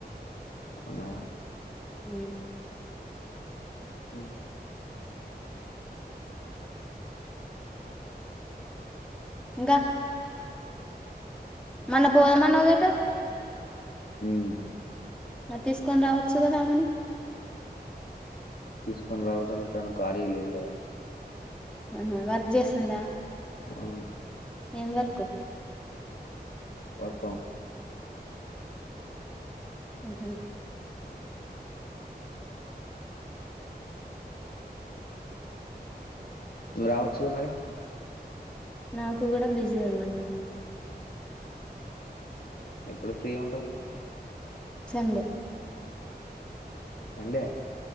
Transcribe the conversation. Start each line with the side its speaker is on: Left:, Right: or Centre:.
Left: అవునా
Centre: అ
Left: హ్మ్
Centre: ఇంకా మొన్న పోదామన్నవు కద
Left: హ్మ్
Centre: మరి తీసుకొని రావచ్చు కదా ఆమెని
Left: తీసుకొని రావచ్చంటే తను ఖాళీ లేదు కదా
Centre: ఆహ వర్క్ చేస్తుందా
Left: అవును
Centre: ఏం వర్కు
Left: వర్క్ ఫ్రం
Centre: ఊహూ
Left: నువ్వు రావచ్చుగా మరి
Centre: నాకు కూడా బిజీ ఉన్నా నేను
Left: ఎప్పుడు ఫ్రీ ఉంటవ్
Centre: సండే
Left: సండే